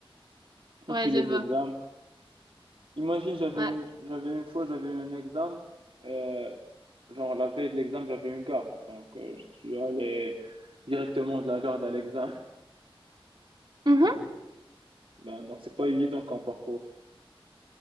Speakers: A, on the right (about 65°); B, on the right (about 50°).
A: Et
B: Ouais,
A: puis
B: je
A: les
B: vois.
A: examens. Imagine, j'avais
B: Ouais.
A: une, j'avais une fois, j'avais eu un examen, euh, genre la veille de l'examen, j'avais une garde. Donc, euh, je suis allé directement de la garde à l'examen. <laughs>
B: Mhm.
A: Ben, donc, c'est pas évident quand parcours